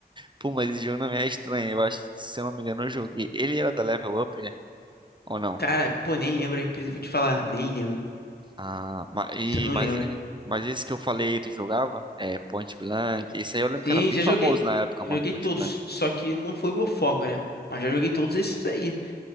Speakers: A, on the right; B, on the left.
A: Pô, mas esse jogo não me é estranho. Eu acho que, se eu não me engano, eu joguei. Ele era da Level Up, é? Ou não?
B: Cara, pô, nem lembro a empresa, vou te falar, nem lembro.
A: Ah, ma- e-
B: Isso eu não
A: mas,
B: lembro.
A: mas, esse que eu falei, tu jogava? É, Point Blank. Esse aí eu lembro
B: Sim,
A: que era bem
B: já
A: famoso
B: joguei,
A: na época,
B: joguei
A: mano, Point
B: todos,
A: Blank.
B: só que não foi meu foco, né? Mas já joguei todos esses aí.